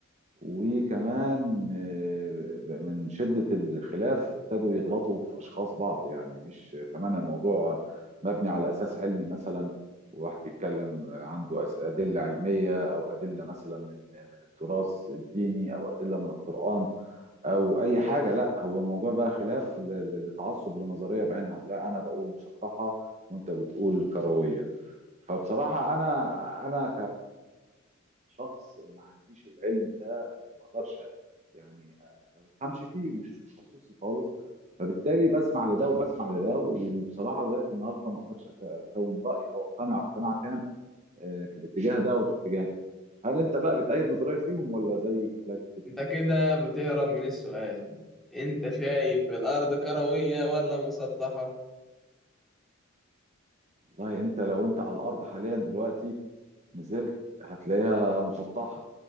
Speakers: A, on the right (about 35°); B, in the centre.
A: وكمان آه، ب- من شدة الخلاف ابتدوا يغلطوا في أشخاص بعض يعني مش كمان الموضوع مبني على أساس علمي مثلا وواحد بيتكلم عنده أس- أدلة علمية أو أدلة مثلا من من التراث الديني أو أدلة من القرآن أو أي حاجة لا هو الموضوع بقى خلاف ل- ل- لتعصب لنظرية بعينها لا أنا بقول مسطحة وأنت بتقول كروية فبصراحة أنا أنا كشخص ما عنديش العلم ده أو ما أقدرش يعني آه، ما بفهمش فيه مش في تخصصي خالص فبالتالي بسمع لده وبسمع لده وبصراحة لغاية النهاردة ما أقدرش أك- أكون رأي أو أقتنع اقتناع تام آه، في الاتجاه ده وفي الاتجاه ده هل أنت بقى بتأيد نظرية فيهم ولا زي حالاتي كده؟
B: أنت كده بتهرب من السؤال أنت شايف الأرض كروية ولا مسطحة؟
A: والله أنت لو أنت على الأرض حاليا دلوقتي نزلت هتلاقيها مسطحة